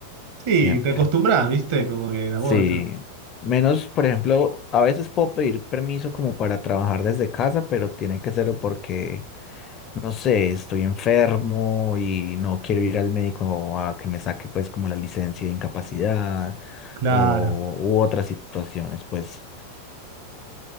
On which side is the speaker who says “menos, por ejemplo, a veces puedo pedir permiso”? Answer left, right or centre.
Left